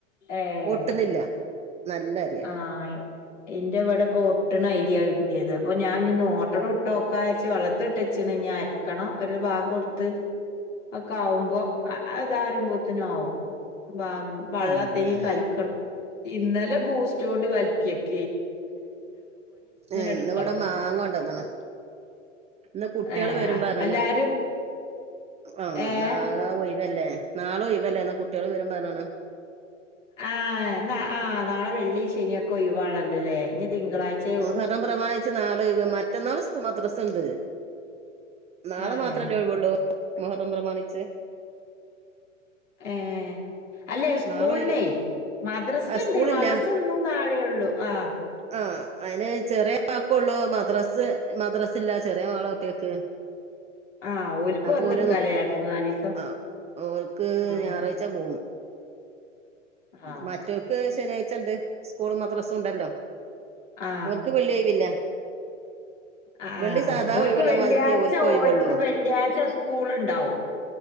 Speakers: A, on the left; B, on the right.
A: ഏഹ്
B: ഒട്ടുണില്ല നല്ല അരിയാ
A: ആഹ് എന്റെ ഇവിടെപ്പൊ ഒട്ടണ ഐരിയ കിട്ടിയത് അപ്പൊ ഞാൻ നോട്ടോടെ ഇട്ടോ ഒക്കെ അരിച്ച് വെള്ളത്തി ഇട്ടച്ചിണ് അരക്കണം ഒരു ഭാഗയെടുത്ത് ഒക്കെ ആകുമ്പോ അയ്താ റിം പോത്തിനും ആകും ബ വെള്ള
B: ഏഹ്
A: ത്തെ കൽക്കണം ഇന്നലെ ബൂസ്റ്റ്ണ്ട് കലിക്കിട്ടെ
B: ഏയ്‌
A: എടുക്കണം
B: ന്ന് വിടെ മാങ്ങ കൊണ്ടന്ന്ണ് ഇന്ന് കുട്ടികളെ
A: ഏഹ്
B: വരും പറണ്
A: എല്ലാരും
B: ആഹ്
A: ഏഹ്
B: ന ഒഴവല്ലേ നാളെ ഓഴുവല്ലേ എന്നാ കുട്ടികൾ വരമ്പ പറഞ്ഞാണ്
A: ആഹ് ആഹ് നാളെ വെള്ളി ശനിയൊക്കെ ഒയിവാണല്ലോല്ലേ ഇനി തിങ്കളാഴ്ച
B: മുഹറം പ്രമാണിച്ച് നാളൊയിവ് മറ്റന്നാൾ സ്കു മദ്രസുണ്ട് നാളെ
A: ഏഹ്
B: മാത്രല്ലേ ഒഴിവള്ളൂ മുഹറം പ്രമാണിച്ച്
A: ഏഹ് അല്ലെ സ്കൂള്നെ
B: നാളെ ഒഴിവ്
A: മദ്രസ
B: ആഹ്
A: ഉണ്ട്
B: സ്കൂളില്ല
A: മദ്രസ ഒന്നും നാളെയൊള്ളു ആഹ്
B: ആഹ് അതിന് ചെറിയ വക്കള്ളൂ മദ്രാസ് മദ്രാസില്ല ചെറിയ മോളെ കുട്ടിയെക്ക്
A: ആ ഓൽക്ക്
B: അപ്പൊ
A: വന്ന്
B: ഓര്
A: നിക്കാല്ലേ
B: നോക്കും
A: രണ്ട് മൂന്നാല് ദിവസം
B: ആ ഓർക്ക്
A: ആ
B: ഞായറാഴ് ച്ച പോവും
A: ആ
B: മറ്റൊക്ക് ശനിയാഴ്ച ഇണ്ട് സ്കൂളും മദ്രസം ഉണ്ടല്ലോ
A: ആ
B: ഓൾക്ക് വെള്ളിയായ് പിന്നെ
A: ആ
B: വെള്ളി സാധാ
A: ഓൽക്ക്
B: ഒയിവ്ള്ള
A: വെള്ളിയാഴ്ച
B: മാതിരിക്കേ ഒരുക്ക് ഒയിവുള്ളൂ
A: ഓൽക്ക് വെള്ളിയാഴ്ച സ്കൂൾ ഉണ്ടാവും